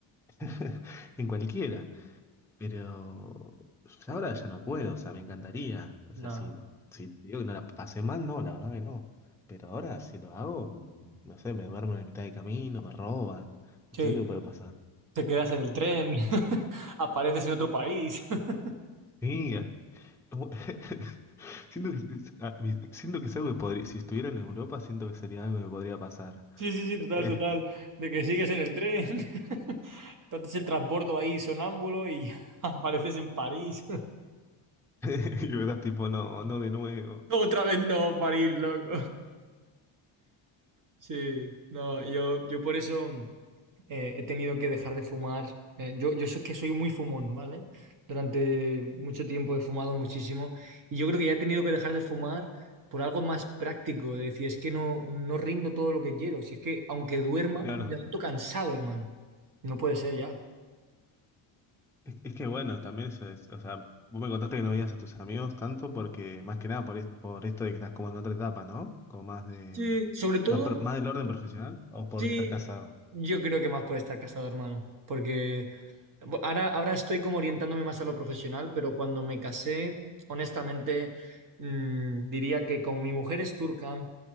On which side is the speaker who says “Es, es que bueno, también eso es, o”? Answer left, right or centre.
Centre